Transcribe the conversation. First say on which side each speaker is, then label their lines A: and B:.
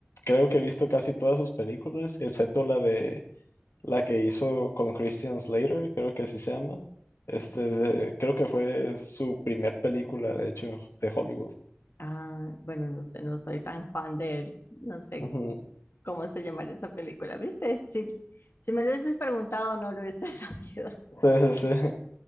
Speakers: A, on the left; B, on the left.
A: Creo que he visto casi todas sus películas, excepto la de la que hizo con Christian Slater, creo que así se llama. Este, de- creo que fue su primer película, de hecho, de Hollywood.
B: Ah, bueno, no sé, no soy tan fan de él. No sé
A: Ujú.
B: cómo se llamaría esa película, ¿viste? Si, si me lo hubieses preguntado, no lo hubiese <laughs> sabido.
A: Sí, sí, sí. <laughs>